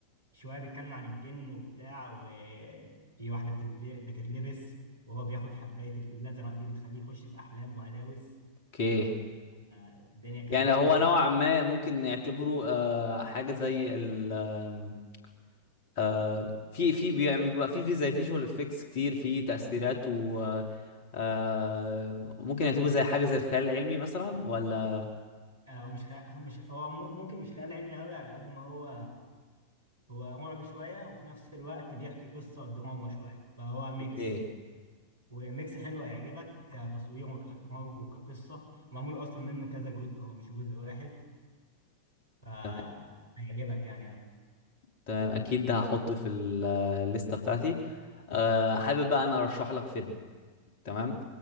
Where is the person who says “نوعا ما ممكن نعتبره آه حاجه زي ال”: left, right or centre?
Left